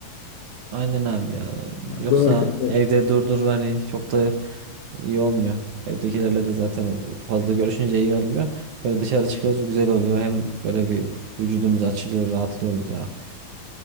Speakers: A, on the right; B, on the left.
A: Aynen abi ya.
B: Yani
A: Yoksa
B: dönerken de
A: evde durdur hani çok da iyi olmuyor. Evdekilerle de zaten fazla görüşünce iyi olmuyor. Böyle dışarı çıkıyoruz güzel oluyor. Hem böyle bir vücudumuz açılıyor, rahatlıyoruz ya.